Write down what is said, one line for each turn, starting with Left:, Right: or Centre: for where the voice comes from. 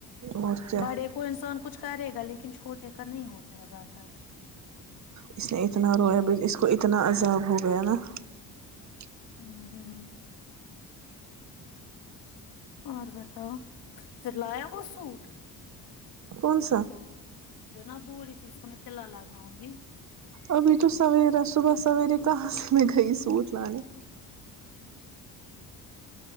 Right: اور کیا
Left: بڑے کو انسان <inaudible> کچھ کرے گا لیکن چھوٹے کا نہیں ہوتا ہے برداشت <unintelligible>
Right: اس نے اتنا رویا ب اس کو اتنا عذاب ہو گیا نا <unintelligible>
Left: ہوں ہاں اور بتاؤ پھر لایا وہ سوٹ
Right: کون سا
Left: جو نا بور چیز کو میں تلا لگاؤں گی
Right: ابھی تو سویرا صبح سویرے کہاں سے میں گئی سوٹ لانے
Left: اچھا